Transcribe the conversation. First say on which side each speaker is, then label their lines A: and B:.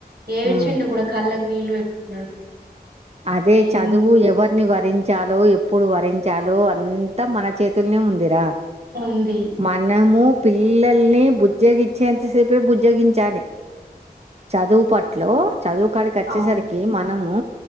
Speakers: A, on the right; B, on the right.
A: ఏడ్చిండు
B: ఉమ్
A: కూడా కళ్ళకి నీళ్ళు పెట్టుకున్నాడు
B: అదే
A: ఏం
B: చదువు ఎవరిని వరించాలో ఎప్ ఏప్పుడు వరించలో అంతా మన చేతులనే ఉందిరా
A: ఉంది
B: మనము పిల్లల్ని బుజ్జోగిచ్చేంతసేపే బుజ్జగించాలి చదువు పట్లో చదువుకాడికి వచ్చేసరికి
A: అవును
B: మనము